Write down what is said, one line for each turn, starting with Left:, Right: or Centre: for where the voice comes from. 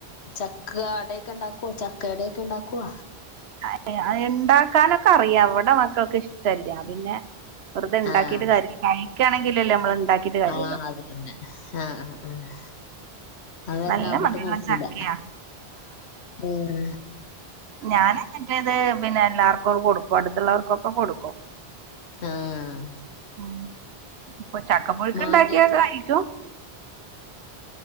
Left: ചക്ക അടയൊക്കെ ഇണ്ടാക്കുവ ചക്ക ഇടൊക്കെ ഇണ്ടാക്കുവ
Right: അ അ ഉണ്ടാക്കാനൊക്കെ അറിയാം എവിടെ മക്കൾക്ക് ഇഷ്ടല്ല പിന്നെ വെറുതെ ഇണ്ടാക്കിട്ട്
Left: ആഹ
Right: കാര്യല്ല കഴിക്കാണെങ്കിലല്ലേ നമ്മള് ഇണ്ടാക്കിട്ട് കാര്യള്ളൂ
Left: ആ അ തന്നെ ആഹ ആ അത്രണാ്പോട്ട്
Right: നല്ല മധുരള്ള
Left: <unintelligible> നോക്കൂല
Right: ചക്കയാ
Left: ഏർ
Right: ഞാന മറ്റേത് പിന്നെ എല്ലാർക്കുംും കൊടുക്കും അടുത്തുള്ളവർക്കൊക്കെ കൊടുക്കും
Left: ആഹ
Right: ഉ ഇപ്പൊ ചക്ക പുൊഴുക്ക്
Left: മാങ്ങയൊക്കെ
Right: ഇണ്ടാക്കിയാ കായിിക്കോ